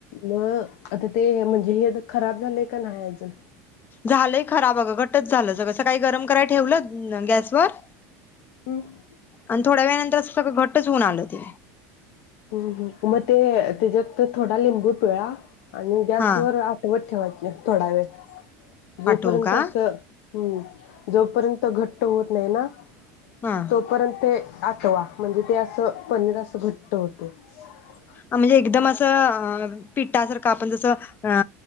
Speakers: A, on the left (about 70°); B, on the left (about 25°).
A: म अ आता ते हे म्हणजे ये खराब झाले का नाही अजून?
B: झालंय खराब अ गं घट्टच झालं सगळ सकाळी गरम कराय ठेवलं गॅसवर
A: हम्म
B: आणि थोड्या वेळानंतर अस सगळ घटच होऊन आलं ते
A: हम्म मग ते त्याचात थोडा लिंबू पिळा आणि गॅस
B: हा
A: वर आठवत ठेवा एक थोडा वेळ
B: पाठवू
A: जोपर्यंतच
B: का
A: हम्म जोपर्यंत घट्ट होत नाहीये ना
B: हा
A: तोपर्यंते आठवा म्हणजे ते असं पनीर असं घट्ट होतेय. आहे
B: आम्ही एकदम असं अ पि्टासारखं आपण जसं आ